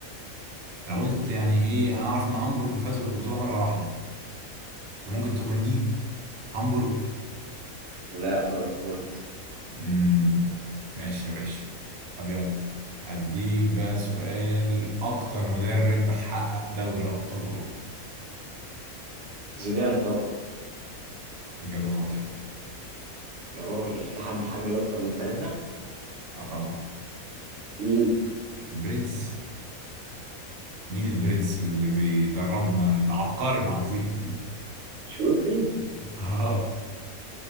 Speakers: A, on the right; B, on the right.
A: أنا قلت يعني إيه أنا أعرف إن هامبورج فاز بالبطولة مرة واحدة فممكن تكون دي هامبورج
B: لا فرانكفورت
A: مم. ماشي يا باشا طب يلا هديك بقى سؤال أكتر مدرب حقق دوري أبطال أوروبا
B: زيدان طبعا
A: إجابة خاطئة
B: يا راجل في حد حاجه اكتر من ثلاثه
A: اه طبعا
B: مين؟
A: برنس مين البرنس اللي بيدربنا العبقري العظيم
B: انشيلوتي
A: <laughs> اه